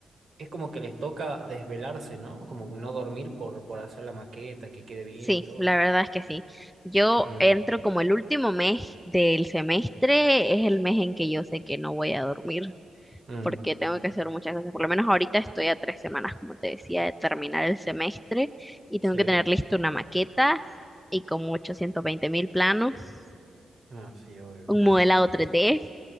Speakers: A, on the right; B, in the centre.
A: es como que les toca desvelarse, ¿no? Como no dormir por, por hacer la maqueta, que quede bien
B: Sí,
A: y todo.
B: la verdad es que sí. Yo
A: Mm,
B: entro como el último mes del semestre, es el mes en que yo sé que no voy a dormir
A: mm,
B: porque tengo que hacer muchas cosas. Por lo menos ahorita estoy a tres semanas, como te decía, de terminar el semestre y tengo
A: sí,
B: que tener lista una maqueta y como ochocientos veinte mil planos,
A: no, sí, obvio.
B: un modelado tres d